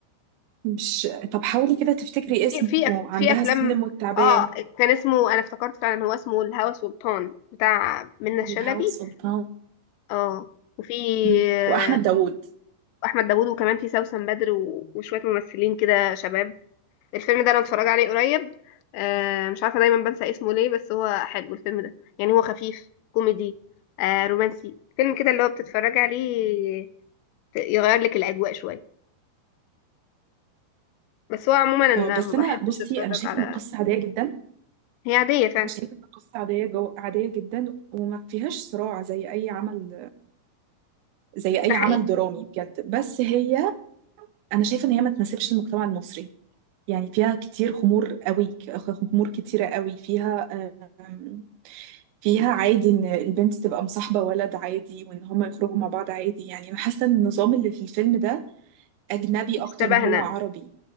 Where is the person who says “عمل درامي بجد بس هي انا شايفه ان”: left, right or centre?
Right